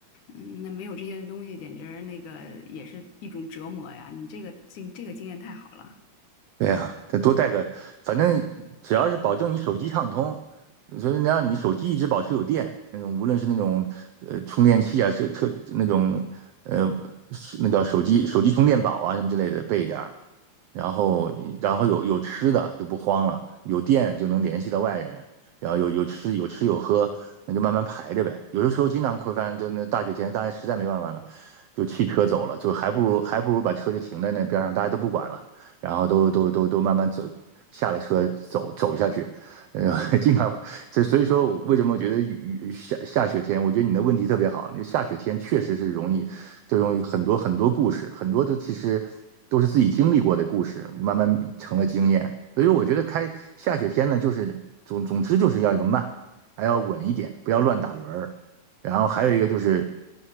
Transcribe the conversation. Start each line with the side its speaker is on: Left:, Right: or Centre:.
Left: 嗯，那没有这些东西，简直那个也是一种折磨呀。你这个经这个经验太好了。
Right: 对呀，得多带个，反正只要是保证你手机畅通，所以能让你手机一直保持有电，那种无论是那种呃充电器啊，车车那种呃是那叫手机手机充电宝啊什么之类的备一点儿，然后然后有有吃的就不慌了，有电就能联系到外人，然后有有吃有吃有喝，那就慢慢排着呗。有的时候经常会发现，就那大雪天，大家实在没办法了，就弃车走了，就还不如还不如把车就停在那边上，大家都不管了，然后都都都都慢慢走，下了车走走下去。呃，<laughs> 经常这，所以说为什么我觉得雨雨下下雪天，我觉得你的问题特别好，就下雪天确实是容易，就容易很多很多故事，很多的其实都是自己经历过的故事，慢慢成了经验。所以说，我觉得开下雪天呢，就是总总之就是要一个慢，还要稳一点，不要乱打轮儿。然后还有一个就是